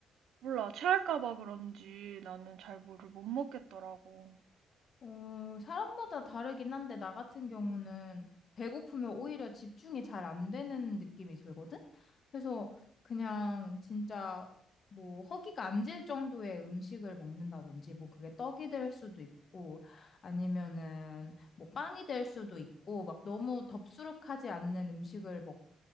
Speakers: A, on the right (about 75°); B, on the left (about 45°).
A: 몰라 체할까 봐 그런지 나는 잘 뭐를 못 먹겠더라고.
B: 어, 사람마다 다르긴 한데, 나 같은 경우는 배고프면 오히려 집중이 잘 안 되는 느낌이 들거든? 그래서 그냥 진짜 뭐 허기가 안 질 정도의 음식을 먹는다든지, 뭐 그게 떡이 될 수도 있고, 아니면은 뭐 빵이 될 수도 있고, 막 너무 덥수룩하지 않는 음식을 먹고,